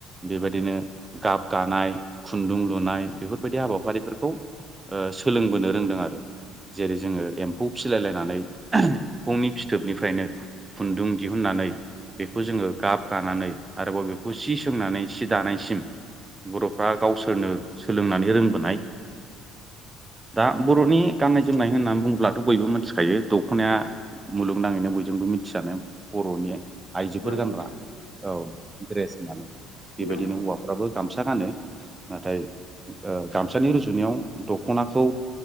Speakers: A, on the right; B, on the left.
A: बेबायदिनो गाब गानाय खुन्दुं लुनाय बेफोरबायदि हाबाखौ हाबाफारिफोरखौ ओ सोलोंबोनो रोंदों आरो जेरै जोङो एम्फौ फिलायलायनानै एम्फौनि फिथोबनिफ्रायनो खुन बेखौ जोङो गाब गानानै आरोबाव बेखौ बर'फ्रा गावसोरनो सोलोंनानै रोंबोनाय दा बर'नि गाननाय जोमनाय होननानै बुङोब्लाथ' बयबो मिथिखायो दख'नाया आइजोफोर
B: औ
A: गानग्रा
B: नोंथां
A: औ ड्रेस होननानै
B: औ
A: बेबायदिनो हौवाफ्राबो गामसा गानो नाथाय ओ गामसानि रुजुनायाव दख'नाखौ